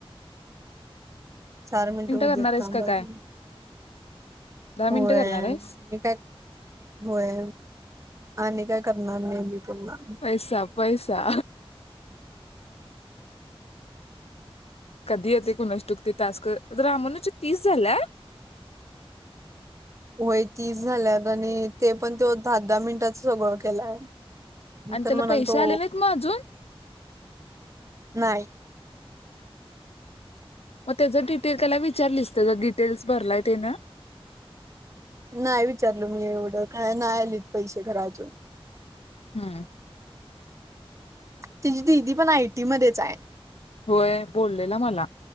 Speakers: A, on the right (about 30°); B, on the left (about 80°).
A: चार मिनिट होऊ
B: करणार
A: देत
B: आहेस
A: थांबा
B: का काय
A: अजुन.
B: दहा
A: होय,
B: मिनिटं करणार आहेस?
A: मी काय होय आणि काय करणार नई मी पुन्हा.
B: पैसा पैसा कधी येते कुणास ठाऊक ते टास्क रामणूच तीस झाल्यात?
A: होय तीस झाल्यात आणि ते पण त्यो दहा, दहा मिनिटाच सगळं केलाय. मी
B: आणि
A: तर
B: त्याला
A: म्हणाल
B: पैसे
A: तो
B: आले नाहीत मग अजून?
A: नाही
B: मग त्याच डिटेल त्याला विचारलीस त्याचा डिटेल्स भरलाय तेन?
A: नाही विचारलो मी एवढं काय नाही आलीत पैसे खर अजून.
B: हम्म.
A: तिजी दिदी पण आयटीमध्येच हाय.
B: होय बोललेला मला